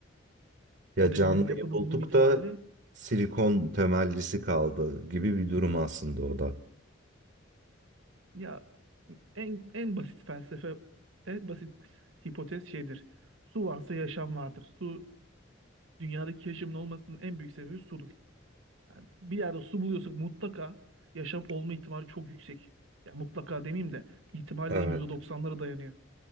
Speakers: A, on the right; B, on the right.
A: ya
B: o
A: canlıyı
B: dediğiniz yapının
A: bulduk
B: bulunma ihtimali
A: da silikon temellisi kaldı gibi bir durum aslında o da.
B: Ya en en basit felsefe, en basit hipotez şeydir. Su varsa yaşam vardır. Su dünyadaki yaşamın olmasının en büyük sebebi sudur. Yani bir yerde su buluyorsak mutlaka yaşam olma ihtimali çok yüksek. Ya mutlaka demeyeyim de ihtimalle
A: Evet
B: %90'lara dayanıyor.